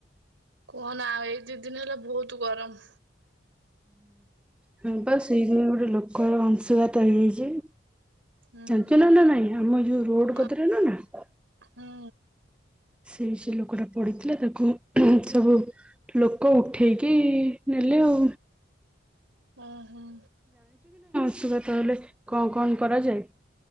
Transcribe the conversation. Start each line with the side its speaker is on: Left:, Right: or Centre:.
Right: କୁହନା ଆଉ ଏଇ ଦି ଦିନ ହେଲା ବହୁତ ଗରମ।
Centre: ହୁଁ ବା ସେଇଥି ପାଇଁ ଗୋଟେ ଲୋକର ଅଂଶଘାତ ହେଇଯାଇଛି।
Right: ହୁଁ
Centre: ଜାଣିଛୁ
Right: ହୁଁ
Centre: ନା ନା ନାଇଁ ଆମ ଯୋଉ ରୋଡ
Right: ନା
Centre: କତିରେ ନୁହେଁ ନା
Right: ହୁଁ
Centre: ସେ ସେ ଲୋକଟା ପଡିଥିଲା ତାକୁ ସବୁ ଲୋକ ଉଠେଇକି ନେଲେ ଆଉ
Right: ହୁଁ। ହୁଁ।
Centre: ଶୁଘାତ ହେଲେ କଣ କଣ କରାଯାଏ?